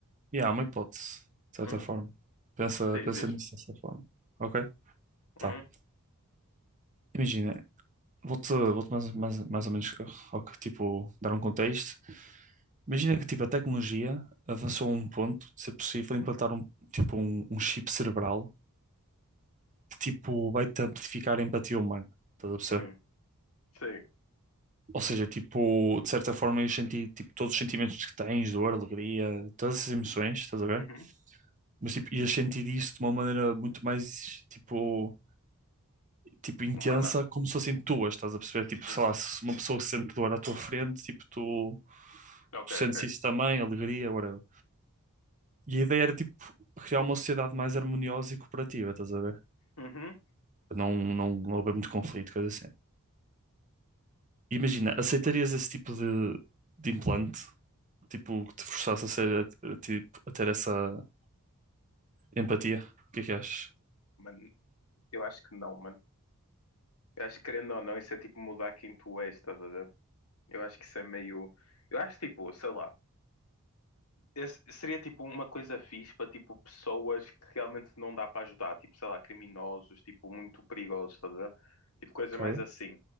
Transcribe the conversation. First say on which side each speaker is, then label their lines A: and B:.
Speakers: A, on the right (about 35°); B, on the left (about 75°).
A: E há uma hipótese, de certa
B: uhum,
A: forma. Pensa,
B: Diz,
A: pensa
B: diz.
A: nisso dessa forma. Ok? Tá.
B: uhum,
A: Imagina, Vou-te vou-te mais, mais, mais ou menos ao que, tipo, dar um contexto. Imagina que tipo, a tecnologia avançou a um ponto de ser possível implantar um, tipo, um, um chip cerebral que tipo, vai-te amplificar a empatia humana. Estás a perceber?
B: uhum, Sim.
A: Ou seja, tipo, de certa forma ias sentir tipo, todos os sentimentos que tens, dor, alegria, todas essas emoções, estás a ver?
B: uhum,
A: Mas tipo, ias sentir isso de uma maneira muito mais tipo tipo, intensa,
B: Humana?
A: como se fossem tuas, estás a perceber? Tipo,
B: Hum.
A: sei lá, se uma pessoa sente dor à tua frente, tipo, tu,
B: Ok,
A: tu sentes
B: ok.
A: isso também, alegria, whatever. E a ideia era, tipo, criar uma sociedade mais harmoniosa e cooperativa, estás a ver?
B: uhum.
A: Não, não, não haver muito conflito, coisa assim. Imagina, aceitarias esse tipo de, de implante? Tipo, que te forçasse a ser, a- a- tipo, a ter essa empatia? O que é que achas?
B: Mano, eu acho que não, mano. Eu acho que querendo ou não, isso é tipo mudar quem tu és, estás a ver? Eu acho que isso é meio. Eu acho tipo, sei lá. esse seria tipo uma coisa fixe para tipo pessoas que realmente não dá para ajudar, tipo, sei lá, criminosos, tipo, muito perigosos, estás a ver? Tipo, coisas
A: Ok.
B: mais assim.